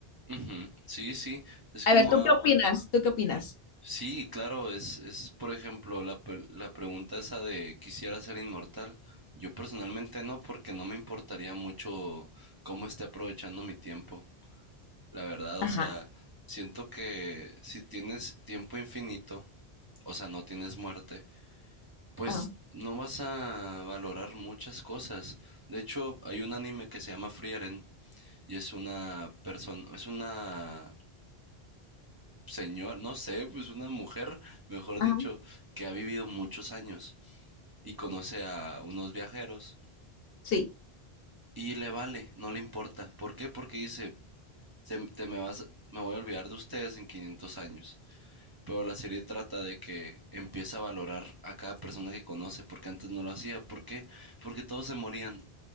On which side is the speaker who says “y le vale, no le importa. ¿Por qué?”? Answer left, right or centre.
Right